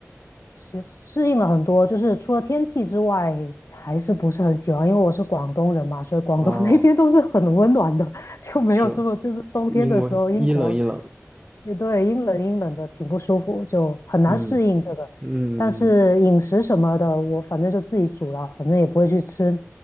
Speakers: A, on the left; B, on the right.
A: 适适应了很多，就是除了天气之外，还是不是很喜欢。因为我是广东人嘛，所以广东
B: 哦，
A: <laughs> 那边都是很温暖的，<laughs> 就没有这么就是冬天的时候，
B: 是，因为一冷一冷，
A: 英国，也对，阴冷阴冷的，挺不舒服，就很难适应这个。
B: 嗯。嗯，
A: 但是饮食什么的，我反正就自己煮了，反正也不会去吃